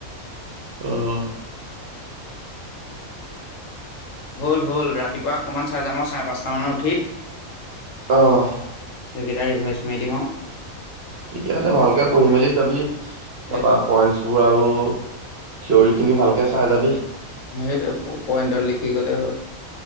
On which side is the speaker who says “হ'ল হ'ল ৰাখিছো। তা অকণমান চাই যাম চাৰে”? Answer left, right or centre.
Left